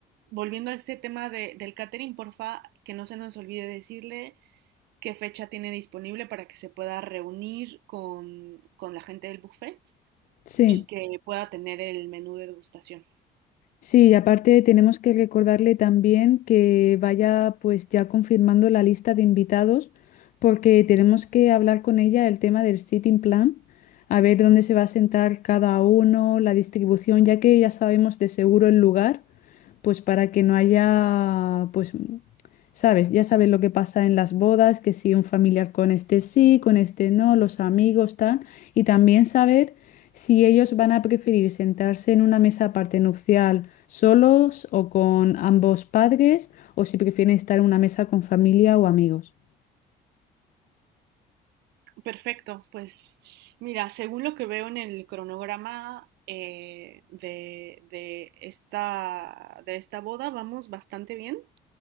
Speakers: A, on the right (about 85°); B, on the left (about 55°).
A: volviendo a este tema de- del catering, porfa, que no se nos olvide decirle qué fecha tiene disponible para que se pueda reunir con, con la gente del buffet
B: sí.
A: y que pueda tener el menú de degustación.
B: Sí, y aparte tenemos que recordarle también que vaya pues ya confirmando la lista de invitados porque tenemos que hablar con ella el tema del sitting plan, a ver dónde se va a sentar cada uno, la distribución, ya que ya sabemos de seguro el lugar. pues para que no haya, pues, sabes, ya sabes lo que pasa en las bodas, que si un familiar con este sí, con este no, los amigos, tal, y también saber si ellos van a preferir sentarse en una mesa aparte nupcial solos o con ambos padres, o si prefieren estar en una mesa con familia o amigos.
A: Perfecto, pues mira, según lo que veo en el cronograma eh, de, de esta, de esta boda, vamos bastante bien.